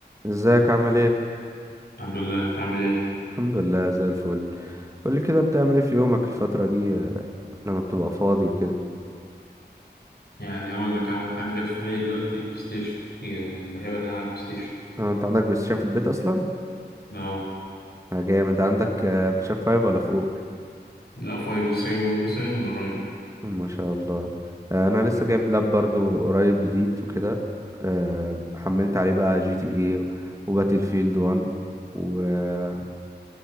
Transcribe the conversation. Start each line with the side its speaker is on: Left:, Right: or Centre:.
Right: ازيك عامل ايه
Left: الحمد لله انت عامل ايه
Right: الحمد لله زي الفل قولي كده بتعمل ايه في يومك الفترة دي آه، لما بتبقى فاضي وكده
Left: يعني اقول لك اول حاجه جت في بالي دلوقتي البلاي ستيشن يا- بحب انا العب بلاي ستيشن
Right: آه، انت عندك بلاي ستيشن في البيت اصلا
Left: اه
Right: آه، جامد عندك آه، بلاي ستيشن 5 ولا فوق
Left: لا فايف لسه جايبه لسه جايبه من قريب
Right: ما شاء الله آه، انا لسه
Left: حبيبي.
Right: جايب لاب برضو قريب جديد وكده آه، حملت عليه بقى جي تي اي وباتل فيلد 1 وحملت